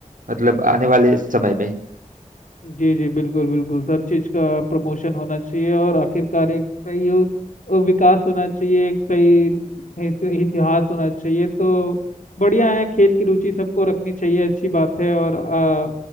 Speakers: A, on the right (about 80°); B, on the left (about 70°).
A: मतलब आने वाले समय में
B: जी जी बिल्कुल बिल्कुल सब चीज़ का प्रमोशन होना चाहिए और आखिरकार एक सही अ, विकास होना चाहिए एक सही इति- इतिहास होना चाहिए तो बढ़िया है खेल की रुचि सबको रखनी चाहिए अच्छी बात है और अ,